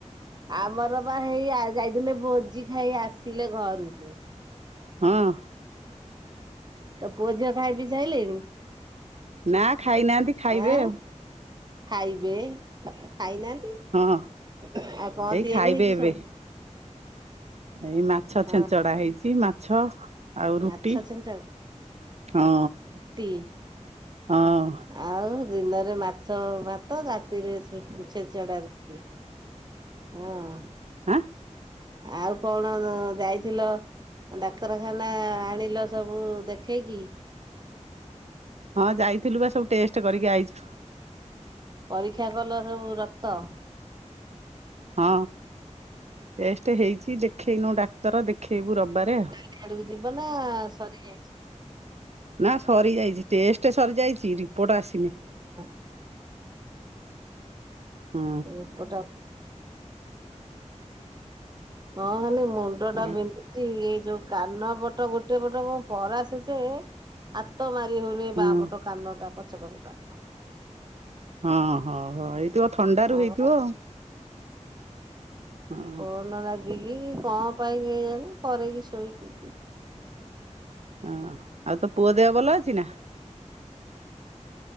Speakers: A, on the right; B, on the right.
A: ଆମର ବା ହେଇ ଯାଇଥିଲେ ଭୋଜି ଖାଇ ଆସିଲେ ଘରକୁ।
B: ହଁ।
A: ତୋ ପୁଅ ଝିଅ ଖାଇପିଇ ସାଇଲେଣି?
B: ନା ଖାଇନାହାନ୍ତି ଖାଇବେ
A: ଆଁ
B: ଆଉ।
A: ଖାଇବେ। ଖାଇନାହାନ୍ତି?
B: ହଁ
A: ଆଉ କଣ
B: ଏଇ
A: ତିଆରି
B: ଖାଇବେ
A: ହେଇଚି
B: ଏବେ
A: ସବୁ?
B: ଏଇ ମାଛ
A: ହଁ
B: ଛେଞ୍ଚଡା ହେଇଚି, ମାଛ। ଆଉ ରୁଟି।
A: ମାଛ ଛେଞ୍ଚେଡା
B: ହଁ
A: ରୁଟି
B: ହଁ।
A: ଆଉ ଦିନରେ ମାଛ ଭାତ। ରାତିରେ ଛେଞ୍ଚେଡା ରୁଟି। ହଁ।
B: ଆଁ!
A: ଆଉ କଣ ଯାଇଥିଲ ଡାକ୍ତରଖାନା ଆଣିଲ ସବୁ ଦେଖେଇକି।
B: ହଁ ଯାଇଥିଲୁ ବା ସବୁ ଟେଷ୍ଟ କରିକି ଆଇଚୁ।
A: ପରୀକ୍ଷା କଲ ସବୁ ରକ୍ତ?
B: ହଁ ଟେଷ୍ଟ ହେଇଛି ଦେଖେଇନୁ ଡାକ୍ତର ଦେଖେଇବୁ ରବବାରେ ଆଉ।
A: ହିଆଡକୁ ଯିବ ନା ସରିଯାଇଛି
B: ନା ସରିଯାଇଛି ଟେଷ୍ଟ ସରିଯାଇଛି ରିପୋର୍ଟ ଆସିନି।
A: ହଁ।
B: ହଁ
A: ରିପୋଟ ହଁ ଖାଲି ମୁଣ୍ଡ
B: ହଁ
A: ଟା ବିନ୍ଧୁ ସେ ଏ ଯୋଉ କାନ ପଟ ଗୋଟେ ପଟ କଣ ପରାସେ ଯେ ହାତ ମାରି ହଉନି
B: ହଁ
A: ବା ପଟ କାନଟା ପଛ କନଟା।
B: ହଁ ହଁ ହଁ ହେଇଥିବ ଥଣ୍ଡାରୁ
A: ହଁ
B: ହେଇଥିବ
A: ବା
B: ଆଉ। ହଁ
A: ଫୋନ ଲାଗିକି କଣ ପାଇଁ କେ ଜାଣି କରେଇକି ଶୋଇକି
B: ହଁ ଆଉ ତୋ ପୁଅ ଦେହ ଭଲ ଅଛି ନା?